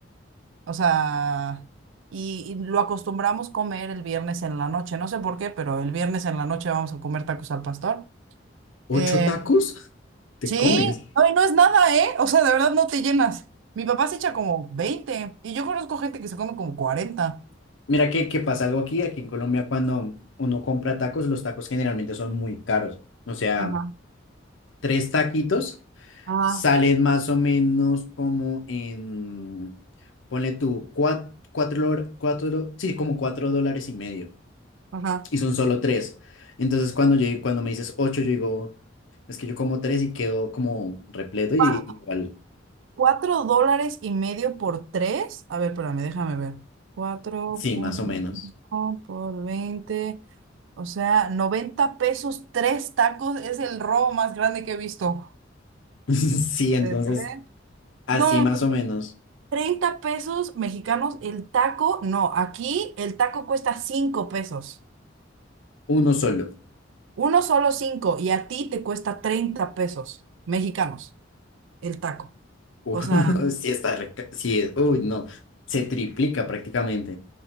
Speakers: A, on the right; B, on the left.
A: o sea, y, y lo acostumbramos comer el viernes en la noche. No sé por qué, pero el viernes en la noche vamos a comer tacos al pastor.
B: ¿Ocho
A: Eh,
B: tacos? ¿Te
A: sí,
B: comes?
A: ay, no es nada, ¿eh? O sea, de verdad no te llenas. Mi papá se echa como veinte y yo conozco gente que se come como cuarenta
B: Mira que, que pasa algo aquí, aquí en Colombia cuando uno compra tacos, los tacos generalmente son muy caros. O sea,
A: Ajá,
B: tres taquitos
A: ajá,
B: salen más o menos como en, ponle tú, cuatro, cuatro, cuatro, sí, como cuatro dólares y medio.
A: ajá.
B: Y son solo tres. Entonces cuando yo, cuando me dices ocho, yo digo, es que yo como tres y quedo como repleto y
A: Pa-
B: igual,
A: Cuatro dólares y medio por tres. A ver, espérame, déjame ver. Cuatro
B: sí,
A: punto
B: más o menos.
A: cinco por veinte O sea, 90 pesos, tres tacos. Es el robo más grande que he visto.
B: <laughs> Sí, entonces
A: de tres.
B: así
A: No,
B: más
A: hombre,
B: o menos,
A: 30 pesos mexicanos el taco. No, aquí el taco cuesta 5 pesos.
B: uno solo.
A: Uno solo cinco y a ti te cuesta 30 pesos mexicanos el taco.
B: Uf,
A: O sea,
B: <laughs> sí está, re ca- sí, es- uy, no, se triplica prácticamente.